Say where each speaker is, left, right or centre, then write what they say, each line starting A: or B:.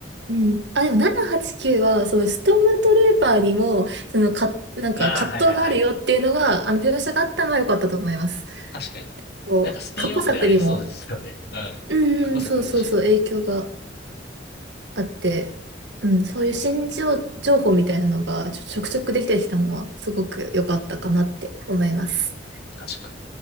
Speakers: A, on the right (about 70°); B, on the left (about 60°).
A: うん。あ、でも789はちきゅうは、そのストームトルーパーにも、そのか、なんか葛藤があるよっていうのが、
B: ああ、はいはいはい。
A: あの、描写があったのは良かったと思います。
B: 確かに。
A: こう、
B: なんかスピンオフでありそうですよね。
A: 過去作にも、
B: うん。
A: うんうん、
B: 過去作もだし。
A: そうそうそう、影響が。あって、うん、そういう新情、情報みたいなのがちょ、ちょくちょくできてきたのはすごく良かったかなって思います。
B: 確かに。